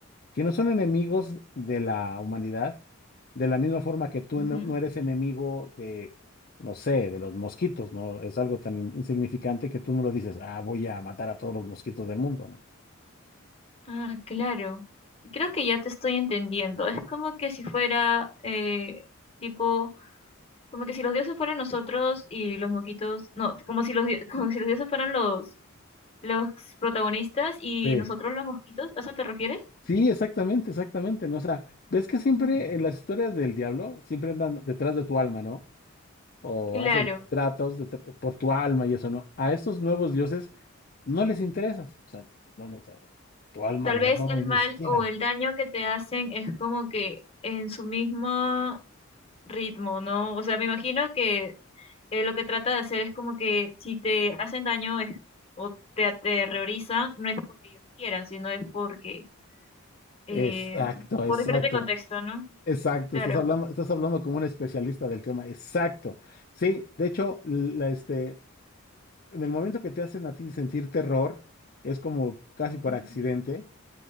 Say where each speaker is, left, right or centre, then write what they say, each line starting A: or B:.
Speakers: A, on the left; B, on the left.
A: que no son enemigos de la humanidad, de la misma forma que tú
B: ujú.
A: no, no eres enemigo de, no sé, de los mosquitos, ¿no? Es algo tan insignificante que tú no lo dices, ah, voy a matar a todos los mosquitos del mundo, ¿no?
B: Ah, claro. Creo que ya te estoy entendiendo. Es como que si fuera, eh, tipo, como que si los dioses fueran nosotros y los moquitos, no, como si los, di- <laughs> como si los dioses fueran los, los protagonistas y
A: Sí.
B: nosotros los mosquitos. ¿A eso te refieres?
A: Sí, exactamente, exactamente, ¿no? O sea, ves que siempre
B: Mm.
A: en las historias del diablo, siempre andan detrás de tu alma, ¿no? O
B: Claro,
A: hacen tratos de- por tu alma y eso, ¿no? A estos nuevos dioses no les interesas, o sea, no, no, o sea, tu alma
B: tal
A: no,
B: vez
A: no,
B: el
A: ni
B: mal
A: siquiera.
B: o el daño que te hacen es como que en su mismo ritmo, ¿no? O sea, me imagino que eh, lo que trata de hacer es como que si te hacen daño es- o te aterrorizan, no es porque ellos quieran, sino es porque, eh,
A: Exacto, exacto.
B: por diferente contexto, ¿no?
A: Exacto,
B: Claro.
A: estás hablando, estás hablando como un especialista del tema. Exacto. Sí, de hecho, la, este, en el momento que te hacen a ti sentir terror, es como casi por
B: Ujú,
A: accidente,